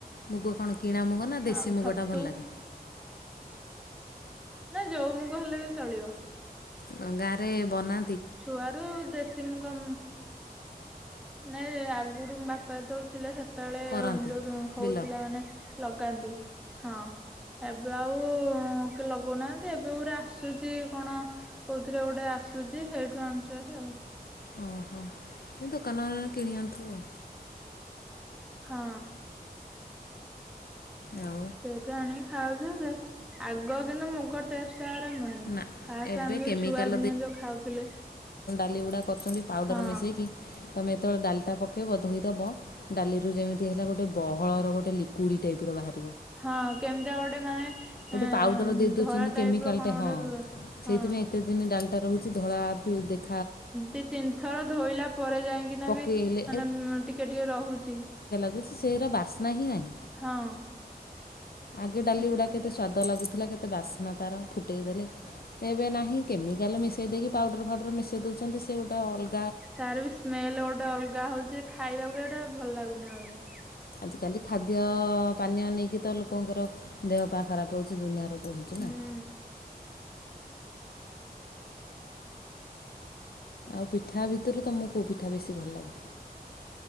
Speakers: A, on the left (about 70°); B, in the centre.
A: ମୁଗ କଣ କିଣା ମୁଗ ନା ଦେଶୀ
B: ଆଉ
A: ମୁଗଟା
B: ଛତୁ
A: ଭଲ ଲାଗେ?
B: ନା ଯୋଉ ମୁଗ ହେଲେ ବି ଚଳିବ।
A: କଣ ଗାଁ ରେ ବନା
B: ଚୁଆାରୁ ଦେଶୀ ମୁଗ। ନାଇଁ ଆଗରୁ ବାପା ଯେତେ ବେଳେ ଥିଲେ। ସେତେବେଳେ
A: କରନ୍ତି
B: ଯୋଉ ହଉଥିଲା
A: ବିଲ?
B: ମାନେ ଲଗାନ୍ତି ହଁ। ଏବେ ଆଉ କି ଲଗଉନାହାନ୍ତି ଏବେ ଗୋଟେ ଆସୁଛି କଣ କୋଉଥିଥିଲେ ଗୋଟେ ଆସୁଛି ସେଇଠୁ ଆଣୁଛନ୍ତି ଆଉ।
A: ଓହୋ ଦୋକାନ କିଣି ଆଥିବୁ ଆଉ।
B: ହଁ।
A: ନାଁ।
B: ସେଇଠୁ ଆଣିକି ଖାଉଛୁ ସେ ଆଗ କିନ୍ତୁ ମୁ ଟେଷ୍ଟ। ଷ୍ଟେ ନୁହେଁ
A: ନା
B: ଫାଷ୍ଟ
A: ଏବେ
B: ଆମେ
A: କେମିକାଲ
B: ଯୋଉ ଛୁଆ ଦିନିଆ ଯୋଉ ଖାଉଥିଲେ।
A: ଇଟା। କରୁଛନ୍ତି ପାଉଡ଼ର
B: ହଁ
A: ମିଶାଇକି ତମେ? ଯେତେବେଳେ ଡାଲିଟା ପକେଇ ବଧୋଇଦବ ଡାଲିରୁ ଯେମିତି ହେଲା ଗୋଟେ ବହଳର ଗୋଟେ ଲି୍କୁଇଡ ଟାଇପ ର ବାହାରାରେ।
B: ହଁ କେମିତି ଗୋଟେ। ମାନେ?
A: ଗୋଟେ
B: ଏଁ
A: ପାଉଡର ଦେଇ ଦଉଛନ୍ତି
B: ଧଳା
A: କେମିକାଲଟେ
B: ର କଣ ଗୋଟେ
A: ହଁ
B: ବ- ହଁ
A: ସେଇଥିପାଇଁ ଏତେ ଦିନ ଡାଲି। ଟା ରହୁଛି ଧଳା ବି ଦେଖି।
B: ଦି ତିନି ଥର ଧୋଇଲା ପରେ ଯାଇକିନା
A: ପକେଇଲେ
B: ବି ମାନେ ଟିକେ ଟିକେ ରହୁଛି।
A: ସେହିର ବାସ୍ନା ହିଁ ନାହିଁ।
B: ହଁ।
A: ଆଗେ ଡାଲି
B: ହୁଁ
A: ଗୁଡା କେତେ ସ୍ଵାଦ ଲାଗୁ କେତେ ବାସ୍ନା ତାର ଫୁଟେଇ ଦେଲେ ଏବେ ନାହିଁ କେମିକାଲ ମିଶେଇ ଦଉଛନ୍ତି ତାର
B: ତାର ବି ସ୍ମେଲ ଗୋଟେ ଅଲଗା ହଉଛି ଖାଇବାକୁ ଗୋଟେ ଭଲ ଲାଗୁନି ଏବେ।
A: ଆଜିକାଲି ଖାଦ୍ୟ ପାନୀୟ ନେଇକି ତ ଲୋକଙ୍କର ଦେହ ପା ଖରାପ ହେଉଛି ଦୁନିଆରୁ କହୁଛି
B: ହୁଁ
A: ନା। ଆଉ ପିଠା ଭିତରୁ ତମକୁ ପଉ ପିଠା ବେଶି ଭଲ ଲାଗେ।